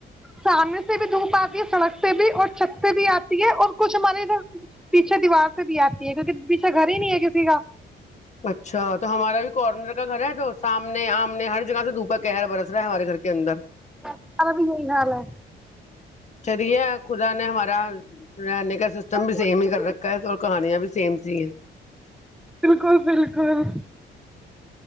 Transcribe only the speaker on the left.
اچھا تو ہمارا بھی کارنر کا گھر ہے تو سامنے آم نے ہر جگہ سے دھوپ ب کہہر برس رہا ہے ہمارے گھر کے اندر
چلیے خدا نے ہمارا رہنے کا ا کا سسٹم
بھی
سیم ہی کر رکھا ہے اور کہانیاں بھی سیم س ہیں